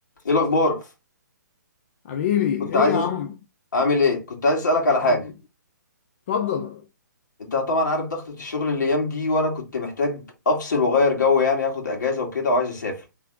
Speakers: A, on the left; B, on the left.
A: ايه الاخبار
B: حبيبي
A: كنت
B: ايه
A: عايز
B: يا عم
A: أس- عامل ايه كنت عايز اسالك على حاجه
B: عم اتفضل
A: انت طبعا عارف ضغطه الشغل الايام دي وانا كنت محتاج افصل واغير جو يعني هاخد اجازه وكده وعايز اسافر